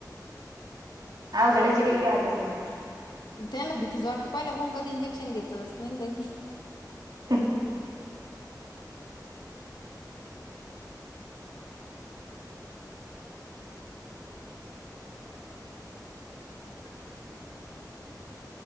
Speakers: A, on the right (about 65°); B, on the left (about 75°).
A: अवघडच आहे बाई त्या आत्याचं.
B: त्यांना भीतीच वाटती, पहिला मून कधी इंजेक्शन घेतलचं नाही त्यांनी.
A: हम.
B: <inaudible>